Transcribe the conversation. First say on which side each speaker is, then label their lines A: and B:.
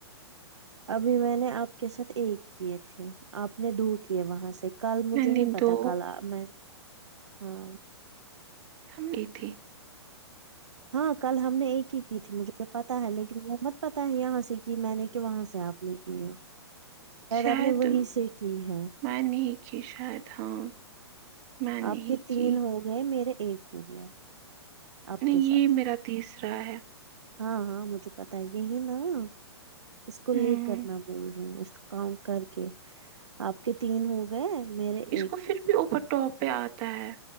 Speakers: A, on the right; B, on the right.
A: ابھی میں نے آپ کے ساتھ ایک کیے تھے آپ نے دو کیے وہاں سے کل مجھے
B: میں نے
A: نہیں پتا
B: دو
A: کل میں ہاں
B: ہم کی تھی
A: ہاں کل ہم نے ایک ہی کی تھی مجھے پتا ہے لیکن وہ مت پتا ہے یہاں سے کہ میں نے کہ وہاں سے آپ ایک ہی ہے
B: شاید
A: آپ نے وہی سے کی ہے
B: میں نے کی شاید ہاں میں نہیں
A: آپ کے تین
B: کی
A: ہو گئے میرا ایک ہو گیا آپ
B: نہیں
A: کے ساتھ
B: یہ میرا تیسرا ہے
A: ہاں ہاں مجھے پتا یہی نا اس کو لے
B: ہوں
A: کر میں بول رہی ہوں اس کا کاؤنٹ کر کے آپ کے تین ہو گئے میرے
B: اس
A: ایک
B: کو پھر
A: ہو گئے
B: بھی اوپرٹاپ پہ آتا ہے